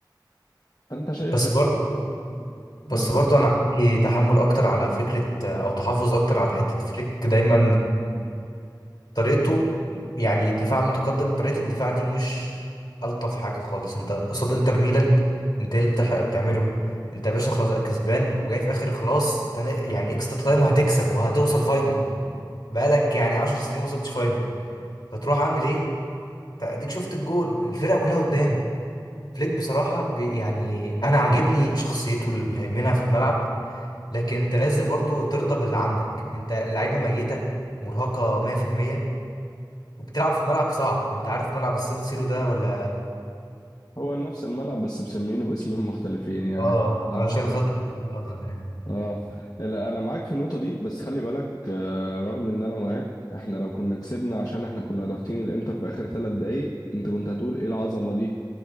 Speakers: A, on the left; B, on the left.
A: فانت شايف
B: بس برضه بس
A: اه
B: برضه انا عندي تحمل اكتر على فكره او تحفظ اكتر على حته فليك دايما طريقته يعني دفاع متقدم طريقه الدفاع دي مش الطف حاجه خالص انت قصاد انتر ميلان انت إيه اللي بتح- بتعمله انت يا باشا خلاص كسبان وجاي في اخر خلاص انت ن- يعني اكسترا تايم وهتكسب وهتوصل فاينل بقالك يعني 10 سنين ما وصلتش فاينل فتروح عامل ايه أنت اديك شفت الجون الفرقه كلها قدام فليك بصراحه بي يعني انا عاجبني شخصيته اللي بيهيمنها في الملعب لكن انت لازم برضو ترضى باللي عندك انت اللعيبه ميته مرهقه 100% وبتلعب في ملعب صعب انت عارف ملعب السان سيرو ده ولا
A: هو نفس الملعب بس مسمينه باسمين مختلفين يعني
B: اه
A: على
B: علشان
A: حسب
B: خاطر <laughs> آه.
A: اه لا انا معاك في النقطه دي بس خلي بالك آه رغم ان انا معاك احنا لو كنا كسبنا عشان احنا كنا ضاغطين الانتر في اخر ثلاث دقائق انت كنت هتقول ايه العظمه دي